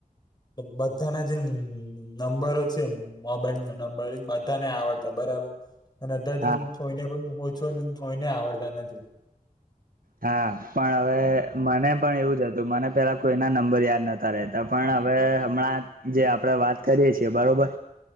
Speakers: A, on the left (about 30°); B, on the right (about 70°).
A: બધાના જે નંબરો છે મોબાઈલ નો નંબર બધાને આવડતા બરાબર. અને અત્યારે તમે
B: હા
A: કોઈને પણ ઓ છું ત કોઈને આવડતા નથી.
B: હા પણ હવે મને પણ એવું જ હતું મને. પેલા કોઈના નંબર યાદ નોતા રહેતા પણ હવે હમણાં જે આપણે વાત કરીએ છીએ બરોબર.